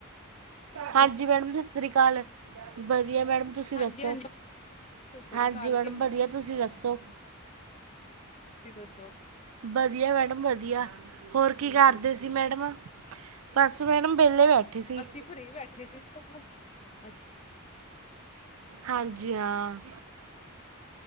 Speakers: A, on the right (about 75°); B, on the left (about 30°).
A: ਹਾਂਜੀ।
B: ਸਸ
A: ਮੈਡਮ ਸਤਿ ਸ੍ਰੀ ਅਕਾਲ। ਵਧੀਆ ਮੈਡਮ, ਤੁਸੀਂ
B: ਹਾਂਜੀ
A: ਦੱਸੋ?
B: ਹਾਂਜੀ ਸਤਿ ਸ੍ਰੀ
A: ਹਾਂਜੀ,
B: ਅਕਾਲ
A: ਮੈਡਮ
B: ਕਿਵੇਂ
A: ਵਧੀਆ ਤੁਸੀਂ ਦੱਸੋ?
B: ਤੁਸੀ ਦੱਸੋ?
A: ਵਧੀਆ ਮੈਡਮ ਵਧੀਆ। ਹੋਰ ਕੀ ਕਰਦੇ ਸੀ ਮੈਡਮ? ਬਸ ਮੈਡਮ ਵਿਹਲੇ ਬੈਠੇ ਸੀ
B: ਅਸੀਂ ਫਰੀ ਬੈਠੇ ਸੀ। ਅੱਛਾ
A: ਹਾਂਜੀ ਹਾਂ।